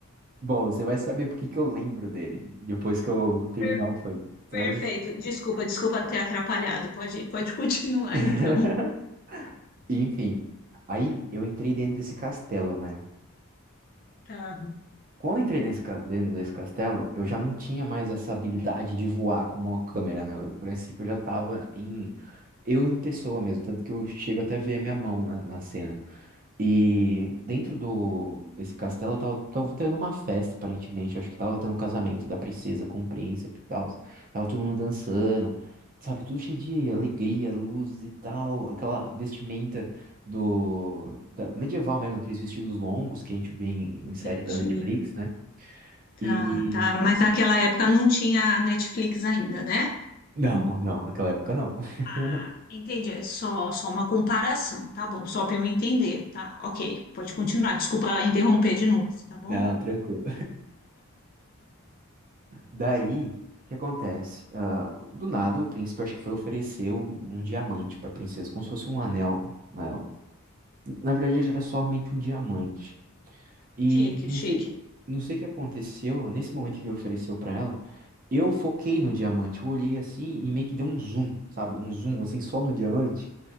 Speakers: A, on the right; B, on the left.
A: Bom, você vai saber por que que eu lembro dele depois que eu terminar
B: Per-
A: o play. Você
B: perfeito.
A: vai.
B: Desculpa, desculpa ter atrapalhado. Pode, pode <laughs> continuar
A: <laughs>
B: então.
A: Enfim. Aí eu entrei dentro desse castelo, né?
B: Tá,
A: Quando eu entrei dentro desse ca- dentro desse castelo, eu já não tinha mais essa habilidade de voar com uma câmera, né? Eu, No princípio, eu já tava em... Eu em pessoa mesmo, tanto que eu chego até a ver a minha mão na, na cena. E dentro do desse castelo, eu tava, tava tendo uma festa, aparentemente. Eu acho que tava tendo um casamento da princesa com o príncipe e tal. Tava todo mundo dançando, sabe? Tudo cheio de alegria, luzes e tal. Aquela vestimenta do... da- medieval mesmo, aqueles vestidos longos que a gente vê em,
B: entendi.
A: em séries da Netflix, né?
B: Tá,
A: E.
B: tá. Mas naquela época não tinha Netflix ainda, né?
A: Não, não, naquela época não. <laughs>
B: Ah, entendi. É só, só uma comparação, tá bom? Só para eu entender, tá? Ok, pode continuar. Desculpa interromper de novo, tá bom?
A: Não, tranquilo. Daí, o que acontece? Ah, do nada, o príncipe acho que foi oferecer um, um diamante pra princesa, como se fosse um anel. né? Na verdade, ele era somente um diamante. E
B: Chique,
A: não
B: chique.
A: sei, não sei o que aconteceu, nesse momento que ele ofereceu pra ela. Eu foquei no diamante, eu olhei assim e meio que deu um zoom, sabe? Um zoom assim só no diamante.